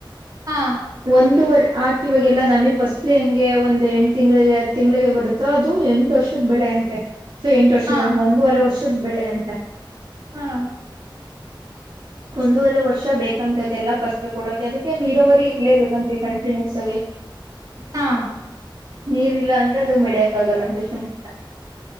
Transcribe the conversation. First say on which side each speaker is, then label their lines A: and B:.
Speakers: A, on the right (about 45°); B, on the right (about 75°).
A: ಹಾ
B: ಒಂದುವ ಆಾಕ ಇವಾಗೆಲ್ಲಾ ನಮಿ ಫಸ್ಟ್ಲಿ ಹೆಂಗೆ ಒಂದ ಎಂಟ್ ತಿಂಗ್ಳಿಗೆ ಹ ತಿಂಗಗಳಿಗೆ ಬರುತ್ತೆ ಸ ಅದು ಎಂಟು ವರ್ಷದ ಬೆಳೆ ಅಂತೆ ಸೊ ಎಂಟು ವರ್ಷದ
A: ಹಾ
B: ಒಂದೂವರೆ ವರ್ಷ ಸುದಬಳೆ ಅಂತ
A: ಹಾ
B: ಒಂದೂವರೆ ವರ್ಷ ಬೇಕಂತ ಅದೆಲ್ಲ ಫಸ್ಟ್ ಕೊಡಕೆ ಅದಕ್ಕೆ ನೀರಾವರಿ ಇರ್ಲೇಬೇಕಂತ ಕಂಟಿನ್ಯೂಸ್ ಆಗಿ
A: ಹಾ
B: ನೀರ್ ಇಲ್ಲ ಅಂದ್ರೆ ಅದು ಮಡಿಯಕಕ್ಕಗಲ್ಲ ಅ